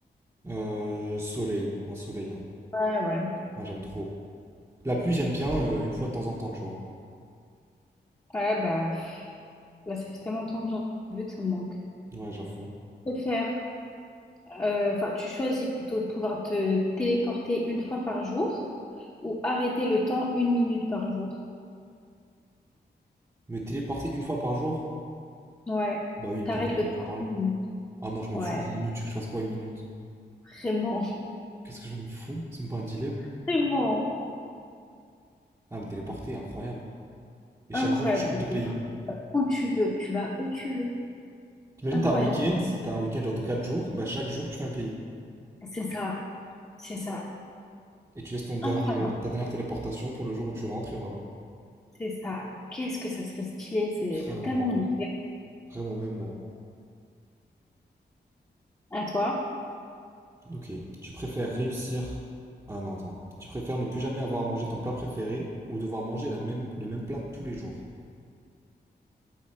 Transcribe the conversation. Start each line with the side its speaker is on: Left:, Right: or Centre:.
Right: Euh, soleil. Non, soleil, hein.
Left: Ouais, ouais.
Right: Non, j'aime trop. La pluie, j'aime bien euh, une fois de temps en temps, tu vois.
Left: Ouais, bah pff, là, ça fait tellement longtemps que j'en ai vu que ça me manque.
Right: Ouais, j'avoue.
Left: Je préfère, euh, enfin, tu choisis plutôt de pouvoir te téléporter une fois par jour ou arrêter le temps une minute par jour.
Right: Me téléporter une fois par jour?
Left: Ouais,
Right: Bah oui, me
Left: t'arrêtes
Right: téléporter
Left: le
Right: une
Left: temps
Right: fois par jour.
Left: une minute.
Right: Ah non, je m'en
Left: Ouais,
Right: fous d'une minute. Tu veux que je fasse quoi une minute?
Left: vraiment,
Right: Qu'est-ce que je m'en fous? C'est même pas un dilemme.
Left: <laughs> vraiment
Right: Ah, me téléporter, incroyable. Et chaque
Left: incroyable.
Right: jour, tu changes de pays.
Left: où tu veux, tu vas où tu veux.
Right: T'imagines,
Left: Incroyable.
Right: t'as un week-end, t'as un week-end genre de 4 jours, bah chaque jour tu fais un pays.
Left: C'est ça, c'est ça,
Right: Et tu laisses ton dernier,
Left: incroyable.
Right: euh, ta dernière téléportation pour le jour où tu rentres et voilà.
Left: C'est ça. Qu'est-ce que ça serait stylé, c'est
Right: Vraiment,
Left: tellement beau.
Right: vraiment, même moi.
Left: À toi?
Right: Ok. Tu préfères réussir. Ah non, attends. Tu préfères ne plus jamais avoir à manger ton plat préféré ou devoir manger la même, le même plat tous les jours.